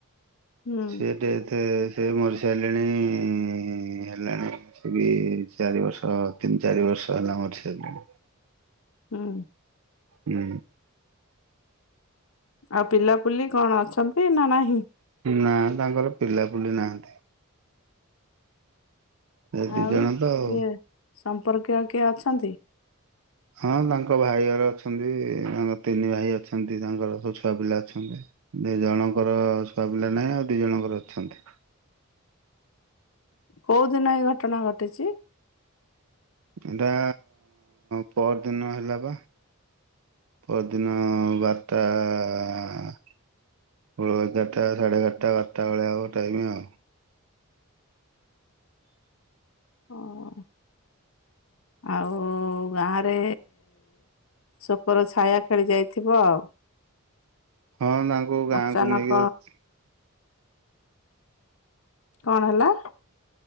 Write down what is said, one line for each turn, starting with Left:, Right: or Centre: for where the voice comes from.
Left: ହୁଁ
Right: ସିଏ ଟେଥ୍ ସେ ମରିସାରିଲେଣି ହେଲାଣି ସେ ବି ଚାରି ବର୍ଷ ତିନି ଚାରି ବର୍ଷ ହେଲା ମରିସାରିଲେଣି।
Left: ହୁଁ
Right: ଉଁ
Left: ଆଉ ପିଲାପୁଲି କଣ ଅଛନ୍ତି ନା ନାହିଁ?
Right: ନା ତାଙ୍କର ପିଲାପୁଲି ନାହାନ୍ତି। ଏ ଦି
Left: ଆଉ
Right: ଜଣ ତ ଆଉ।
Left: କିଏ ସମ୍ପର୍କୀୟ କିଏ ଅଛନ୍ତି?
Right: ହଁ ତାଙ୍କ ଭାଇ ଘର ଅଛନ୍ତି, ତାଙ୍କ ତିନି ଭାଇ ଅଛନ୍ତି, ତାଙ୍କର ସବୁ ଛୁଆ ପିଲା ଅଛନ୍ତି। ଦି ଜଣଙ୍କର ସୁଆପିଲା ନାହିଁ, ଆଉ ଦି ଜଣଙ୍କର ଅଛନ୍ତି।
Left: କୋଉ ଦିନ ଏଇ ଘଟଣା ଘଟିଚି?
Right: ଏଟା ପଅର ଦିନ ହେଲା ବା। ପଅର ଦିନ ବାରଟା ଅ ଏଗାରଟା, ସାଢ଼େ ଏଗାରଟା, ବାରଟା ଭଳିଆ ହବ ଟାଇମି ଆଉ
Left: ହଁ ଆଉ ଗାଁରେ ଶୋକର ଛାୟା ଖେଳି ଯାଇଥିବ ଆଉ
Right: ହଁ ତାଙ୍କୁ ଗାଁକୁ
Left: ଅଚାନକ
Right: ନେଇକି
Left: କଣ ହେଲା?